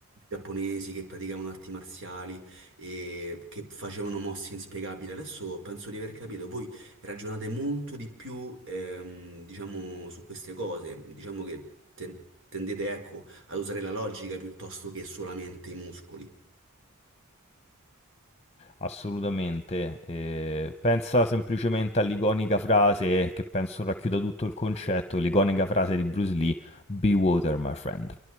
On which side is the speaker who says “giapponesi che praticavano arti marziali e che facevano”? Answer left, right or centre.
Right